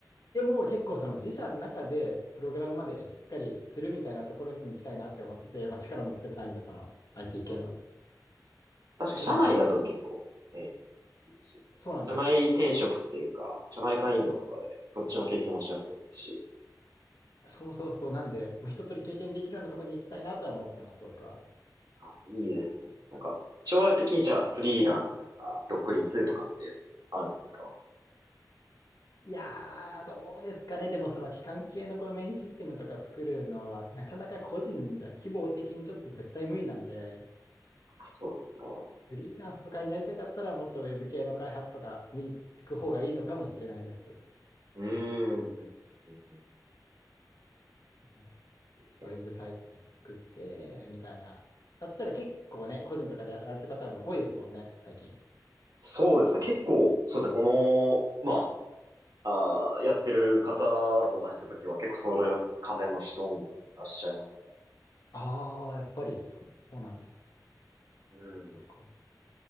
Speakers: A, on the left; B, on the right.
A: でも結構その自社の中でプログラムまでしっかりするみたいなところに行きたいなって思ってて、まあ、力もつけたいんで、その IT 系の。
B: うん。確か社内だと結構、
A: で、まあ、い
B: ええいいですよね。
A: そうなんですよ。
B: 社内転職っていうか、社内間移動とかで、そっちの経験もしやすそうですし。
A: そうそうそう。なんで、まあ、一通り経験できるようなところに行きたいなとは思ってます、僕は。
B: あ、いいですね。なんか、将来的にじゃあ、フリーランスとか、独立とかっていうのあるんですか
A: いやー、どうですかね。でもその機関系のこのメインシステムとか作るのは、なかなか個人じゃ規模的にちょっと絶対無理なんで、
B: あそうですね。
A: フリーランスとかになりたかったら、もっとウェブ系の開発とかに行く方がいいのかもしれないです。
B: うーん。うんうんうんうん
A: え
B: いいですね。
A: ウェブサイトを作って、みたいな。だったら結構ね、個人とかでやられてる方も多いですもんね、最近。
B: そうですね。結構、そうですね。この、まあ、あーやってる方とお話しするときは結構それ関連の人もいらっしゃいますね。
A: ああ、やっぱりそうなんですね。
B: うん。
A: そっかそっか。